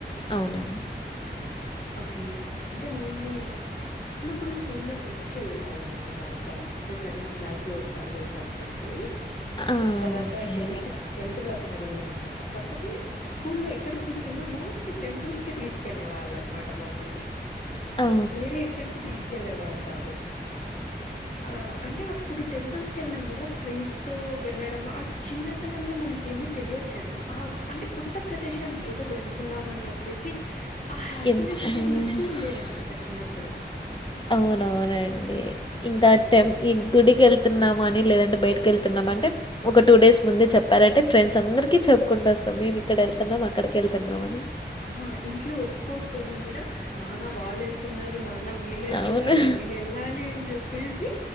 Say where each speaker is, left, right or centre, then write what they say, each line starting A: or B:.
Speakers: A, on the left; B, on the left.
A: అవునండి.
B: ఓకే. అంటే మేము చిన్నప్పుడు స్కూల్లో ట్రిప్స్ కి వెళ్ళే వాళ్ళం అండి బాగా అంటే సెవెంత్ క్లాస్లో ఒకసారి వేసారు ట్రిప్స్
A: ఆ,
B: తర్వాత
A: ఓకే
B: టెన్త్
A: అండి
B: టెన్త్ లో ఒకసారి వెళ్ళామనమాట కాకపోతే స్కూల్లో ఎక్కడికి తీసుకెళ్ ఐనా మోస్ట్ టెంపుల్స్ కే తీసుకెళ్ళే వాళ్ళనమాట ట మమ్మల్ని
A: ఆ,
B: వేరే ఎక్కడికి తీసుకెళ్ళలేవారు కాదు. ఆ అంటే అప్పుడు టెంపుల్స్ కెళ్ళిన కూడా ఫ్రెండ్స్ తో వెళ్ళడం ఆ చిన్నతనంలో మనకేమి తెలియదు కదా ఆ అంటే కొత్త ప్రదేశానికి ఏదో వెళ్తు ఉన్నామని చెప్పేసి ఆ హ్య
A: ఎన్-
B: హ్యపీనెస్ అనేది
A: ఆ,
B: ఎక్కువ ఉండేది అనమాట చిన్నప్పుడు
A: అవునవునండి. ఇంకా
B: ఆ
A: టెం ఈ గుడికెళ్తున్నాము అని లేదంటే బయటకి వెళ్తూన్నామంటే ఒక టూ డేస్ ముందే చెప్పారంటే ఫ్రెండ్స్ అందరికి చెప్పుకుంటోస్తాం. మేము ఇక్కడ వెళ్తున్నాం అక్కడికి వెళ్తు తున్నామని
B: ఆహ ఇంట్లో ఒప్పుకోకపోయినా కూడా నాన్న వాళ్ళు వెళ్తున్నారు నాన్న వీళ్ళేళ్తున్నారు
A: అవును.
B: నేను వెళ్ళాలి అని చెప్పేసి